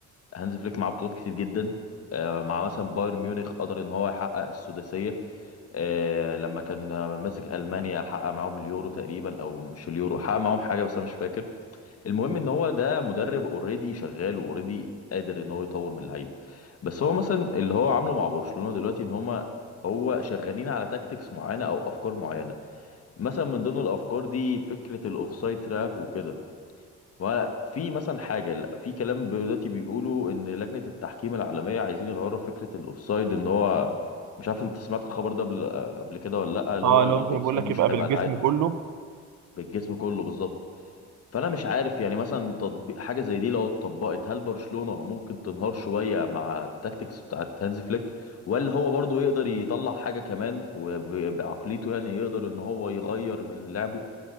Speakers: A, on the left; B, on the right.
A: هانز فليك معاه بطولات كتير جدا آه، مع مثلا بايرن ميونخ قدر ان هو يحقق السداسيه آه، لما كان ماسك المانيا حقق معاهم اليورو تقريبا او مش اليورو حقق معاهم حاجه بس انا مش فاكر المهم ان هو ده مدرب اوريدي شغال واوريدي قادر ان هو يطور من اللعيبه بس هو مثلا اللي هو عامله مع برشلونه دلوقتي ان هما هو شغالين على تاكتكس معينه او افكار معينه مثلا من ضمن الافكار دي فكره الاوفسايد تراب وكده وفي مثلا حاجة لا، في كلام دلوقتي بيقولوا إن لجنة التحكيم العالمية عايزين يغيروا فكرة الأوفسايد إن هو مش عارف أنت سمعت الخبر ده قبل قبل كده ولا لأ اللي
B: اه
A: هو
B: لو
A: الأوفسايد
B: ممكن بقول لك
A: مش
B: يبقى بالجسم
A: هيبقى العاد
B: كله
A: بالجسم كله بالظبط فأنا مش عارف يعني مثلا تطبيق حاجة زي دي لو اتطبقت هل برشلونة ممكن تنهار شوية مع التاكتكس بتاعة هانزي فليك ولا هو برضه يقدر يطلع حاجة كمان وبعقليته يعني يقدر إن هو يغير من لعبه